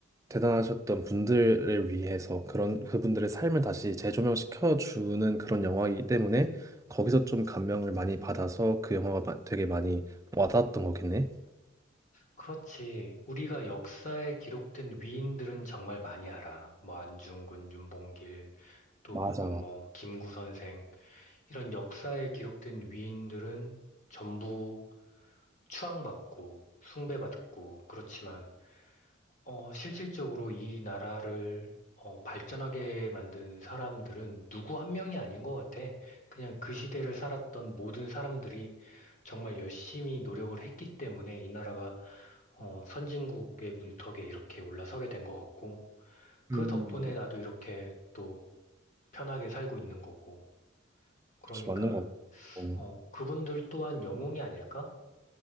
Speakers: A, on the right; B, on the left.
A: 대단하셨던 분들을 위해서 그런 그분들의 삶을 다시 재조명시켜 주는 그런 영화이기 때문에 거기서 좀 감명을 많이 받아서 그 영화가 마- 되게 많이 와닿았던 거겠네.
B: 그렇지. 우리가 역사에 기록된 위인들은 정말 많이 알아. 뭐 안중근, 윤봉길, 또
A: 맞아.
B: 혹은
A: 맞아.
B: 뭐 김구 선생 이런 역사에 기록된 위인들은 전부 추앙받고 숭배받고 그렇지만 어, 실질적으로 이 나라를 어, 발전하게 만든 사람들은 누구 한 명이 아닌 것 같아. 그냥 그 시대를 살았던 모든 사람들이 정말 열심히 노력을 했기 때문에 이 나라가 어, 선진국의 문턱에 이렇게 올라서게 된 것 같고, 그
A: 음,
B: 덕분에 나도 이렇게 또 편하게 살고 있는 거고. 그러니까
A: 그치, 맞는 거 같고.
B: 어, 그분들 또한 영웅이 아닐까?